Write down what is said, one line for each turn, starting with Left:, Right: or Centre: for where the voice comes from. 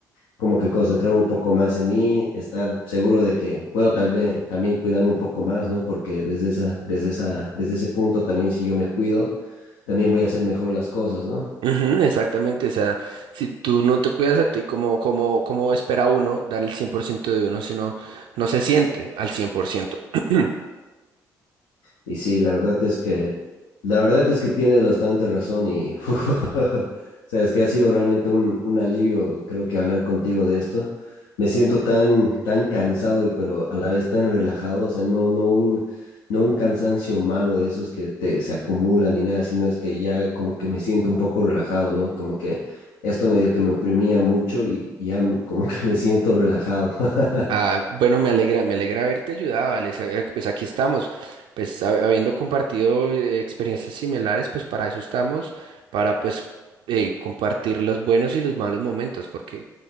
Left: como que concentrarme un poco más en mí, estar seguro de que, bueno, también, también cuidarme un poco más, ¿no? Porque desde esa, desde esa, desde ese punto también si yo me cuido, también voy a hacer mejor las cosas, ¿no?
Right: Ujú, exactamente, o sea, si tú no te cuidas a ti, como, como, como espera uno dar el 100% de uno si no, no se siente al cien por ciento <clears throat>
Left: Y sí, la verdad es que, la verdad es que tienes bastante razón y <laughs> sabes que ha sido realmente un, un alivio, creo que hablar contigo de esto. Me siento tan, tan cansado y pero a la vez tan relajado, o sea, no, no un, no un cansancio malo de esos que te, se acumulan ni nada, sino es que ya como que me siento un poco relajado, ¿no? Como que esto medio que me oprimía mucho y, y ya como que me siento relajado. <laughs>
Right: Ah, bueno, me alegra, me alegra haberte ayudado, Alex. Eh, Pues aquí estamos, pues hab- habiendo compartido eh, experiencias similares, pues para eso estamos, para pues eh, compartir los buenos y los malos momentos, porque